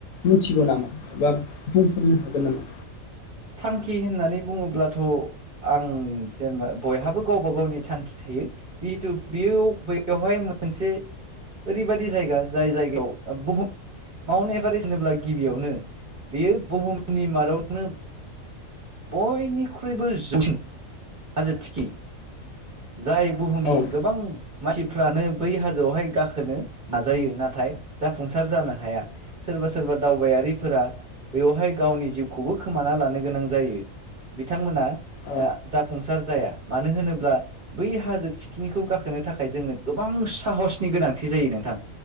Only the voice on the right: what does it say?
थांखि होननानै बुङोब्लाथ' आं जेनेबा बयहाबो गावबा गावनि थांखि थायो। जिहेतु बेयो बेयावहाय मोनसे ओरैबायदि जायगा जाय जायगायाव बुहुम माउन्ट एभारेस्ट होनोब्ला गिबियावनो बेयो बुहुमनि मादावनो बयनिख्रुइबो जौसिन हाजो थिखिनि जाय बुहुमनि
गोबां मानसिफ्रानो बै हाजोआवहाय गाखोनो नाजायो ना नाथाय जाफुंसार जानो हाया सोरबा सोरबा दावबायारिफोरा बेवहाय गावनि जिउखौबो खोमाना लानो गोनां जायो बिथांमोना
जाफुंसार जाया मानो होनोब्ला बै हाजो थिखिनिखौ गाखोनो थाखाय जोंनो गोबां साह गोनांथि जायो नोंथां